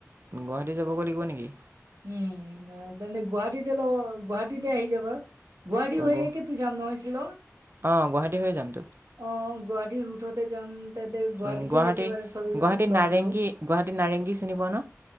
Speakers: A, on the right (about 45°); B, on the right (about 70°).
A: গুৱাহাটী যাবগৈ লাগিব নেকি?
B: উম মানে গুৱাহাটীতে লগ, গুৱাহাটীতে আহি যাবা। গুৱাহাটী হৈয়েতো
A: গ-
B: জাম নহয় শ্বিলং।
A: অঁ গুৱাহাটী হৈ যামতো
B: অ', গুৱাহাটী ৰোডতে যাম। তেন্তে, গুৱাহাটীতে
A: উম, গুৱাহাটী
B: একেবাৰে চবেজন
A: গুৱাহাটী
B: লগ
A: নাৰেংগী
B: ধৰো।
A: গুৱাহাটী নাৰেংগী চিনি পোৱা ন